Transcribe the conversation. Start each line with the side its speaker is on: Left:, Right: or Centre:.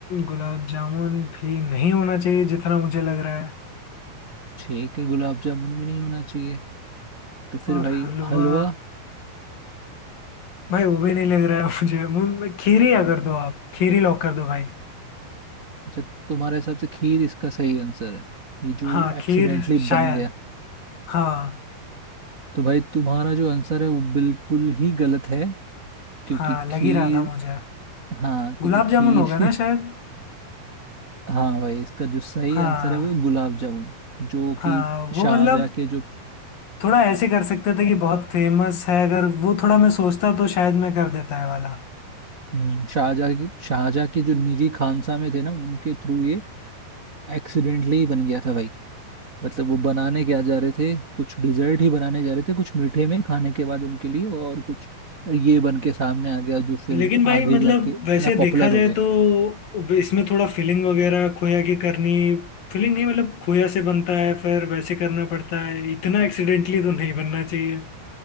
Left: गुलाब जामुन भी नहीं होना चाहिए जितना मुझे लग रहा है
Right: ठीक है गुलाब जामुन भी नहीं होना चाहिए तो फिर
Left: और
Right: भाई
Left: हलवा
Right: हलवा
Left: भाई वो भी नहीं लग रहा है <laughs> मुझे मुझे खीर ही अगर दो आप खीर ही लॉक कर दो भाई
Right: अच्छा तुम्हारे हिसाब से खीर इसका सही आंसर है ये जो
Left: हाँ
Right: एक्सीडेंटली
Left: खीर शायद
Right: बन गया
Left: हाँ
Right: तो भाई तुम्हारा जो आंसर है वो बिल्कुल ही गलत है क्योंकि
Left: हाँ लग
Right: खीर
Left: ही रहा था मुझे
Right: हाँ क्योंकि
Left: गुलाब
Right: खीर
Left: जामुन होगा ना शायद
Right: <laughs> हाँ भाई इसका जो सही
Left: हाँ
Right: आंसर है वो है गुलाब जामुन जो
Left: हाँ
Right: कि
Left: वो
Right: शाहजहाँ
Left: मतलब
Right: के जो
Left: थोड़ा ऐसे कर सकते थे कि बहुत फेमस है अगर वो थोड़ा मैं सोचता तो शायद मैं कर देता है वाला
Right: हम्म, शाहजहाँ के शाहजहाँ के जो निजी खानसा में थे ना उनके थ्रू ये एक्सीडेंटली बन गया था भाई मतलब वो बनाने क्या जा रहे थे कुछ डिजर्ट ही बनाने जा रहे थे कुछ मीठे में खाने के बाद उनके लिए और कुछ ये बन के सामने आ गया जो फिर
Left: लेकिन भाई
Right: आगे
Left: मतलब
Right: जाके
Left: वैसे
Right: ना पॉपुलर
Left: देखा जाए
Right: हो गया
Left: तो वे- इसमें थोड़ा फिलिंग वगैरह खोया की करनी फिलिंग नहीं मतलब खोया से बनता है फिर वैसे करना पड़ता है इतना एक्सीडेंटली तो नहीं बनना चाहिए